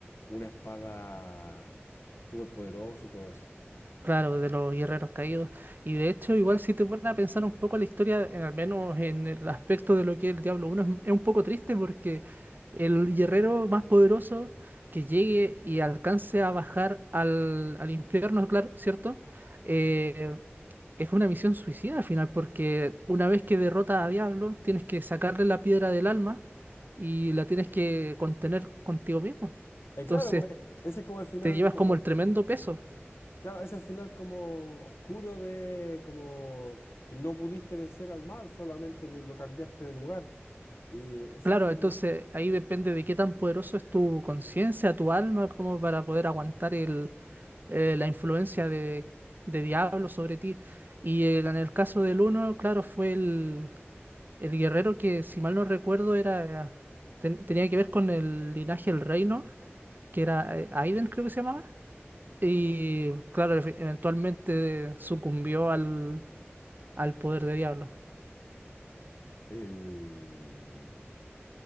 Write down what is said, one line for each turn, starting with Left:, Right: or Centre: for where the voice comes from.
Left: una espada súper poderosa y todo eso.
Right: Claro, de los guerreros caídos. Y de hecho, igual si te pones a pensar un poco la historia, en- al menos en el aspecto de lo que es el Diablo uno es, es un poco triste porque el guerrero más poderoso que llegue y alcance a bajar al, al infierno, claro, ¿cierto? Eh, es una misión suicida al final, porque una vez que derrotas a Diablo, tienes que sacarle la piedra del alma y la tienes que contener contigo mismo.
Left: Eh,
Right: Entonces,
Left: claro, pues ese es como el final,
Right: te llevas
Left: como,
Right: como el tremendo peso.
Left: claro, ese es el final como oscuro de, como que no pudiste vencer al mal, solamente le- lo cambiaste de lugar. Y ese
Right: Claro,
Left: es como
Right: entonces ahí depende de qué tan poderoso es tu conciencia, tu alma, como para poder aguantar el, eh, la influencia de, de diablo sobre ti. Y eh, en el caso del uno, claro, fue el, el guerrero que, si mal no recuerdo, era ten- tenía que ver con el linaje del reino, que era eh, Aiden, creo que se llamaba. Y
Left: No.
Right: claro, efe- eventualmente sucumbió al, al poder de diablo.
Left: el...